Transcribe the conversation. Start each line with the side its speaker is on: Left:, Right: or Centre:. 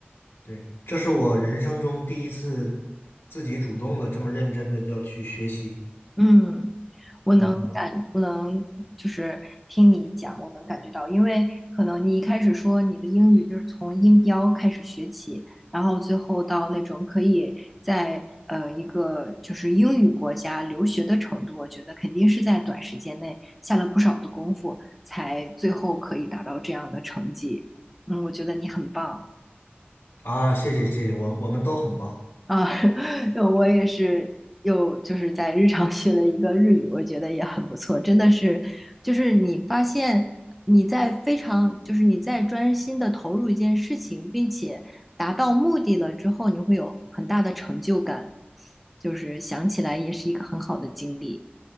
Left: 对，这是我人生中第一次自己主动的这么认真的要去学习。
Centre: 嗯，我能。
Left: 嗯，
Centre: 不能就是听你讲，我能感觉到，因为可能你一开始说你的英语就是从音标开始学起，然后最后到那种可以在呃一个就是英语国家留学的程度，我觉得肯定是在短时间内下了不少的功夫，才最后可以达到这样的成绩。嗯，我觉得你很棒。
Left: 啊，谢谢谢谢，我我们都很棒。
Centre: 啊，<laughs> 我也是又就是在日常学了一个日语，我觉得也很不错，真的是，就是你发现你在非常，就是你在专心的投入一件事情，并且达到目的了之后，你会有很大的成就感，就是想起来也是一个很好的经历。